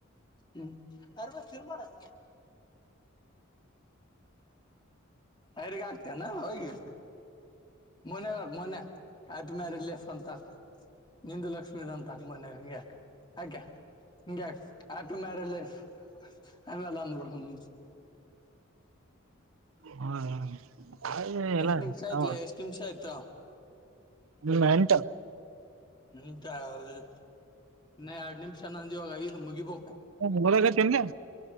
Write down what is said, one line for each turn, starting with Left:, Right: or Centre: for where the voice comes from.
Left: ಹ್ಮ್. ಕರ್ಬೇಕ ಶರ್ ಐರಿಗ್ ಅಕ್ತ್ಯನ ಹೋಗಿ. ಮೊನಗಕ ಮೊನ್ ಹ್ಯಾಪಿ ಮ್ಯಾರೇಡ್ ಲೇಫ್ ಅಂತ ಹಾಕು. ನಿಂದು ಲಕ್ಷ್ಮೀದಂತ ಮೊನ್ಯಾಗ ಹಿಂಗೆ ಯಾಕ್ಯಾ ಹಿಂಗ್ಯಾಕ ಆ ಪ್ಪಿ ಮ್ಯಾರೀಡ್ ಲಫ್ ಅಲ್ಲ ನಮ್ ಹುಡಗುಂದ್.
Right: ಹಾ ಹಾ ಎಲ್ಲ
Left: ಎಷ್ಟ್ ನಿಮಿಷ
Right: ನಾವ.
Left: ಆಯ್ತ್ಲೆ ಎಷ್ಟ್ ನಿಮಿಷ ಆಯ್ತು
Right: ಹ್ಮ್ ಮೇಂಟ.
Left: ಇನ್ನ ಎರಡ್ ನಿಮಿಷ ನಂದ್ ಇವಾಗ ಐದು ಮುಗಿದ
Right: ಹ ಓದಕತ್ತಿಯೆನ್ಲೆ.